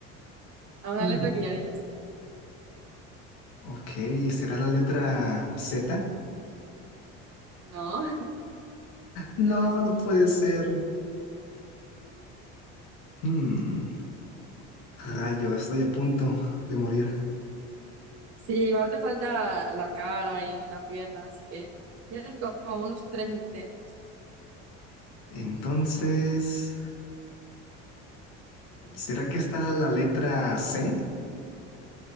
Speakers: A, on the right (about 50°); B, on the left (about 85°).
A: a una
B: Mm,
A: letra que ya dijiste.
B: ok. ¿Será la letra Z?
A: No.
B: No,
A: <laughs>
B: no puede ser. Mm, rayo, estoy a punto de morir.
A: Sí, igual te falta la cara y una pierna, así que tienes como unos tres intentos.
B: Entonces. ¿Será que está la letra C?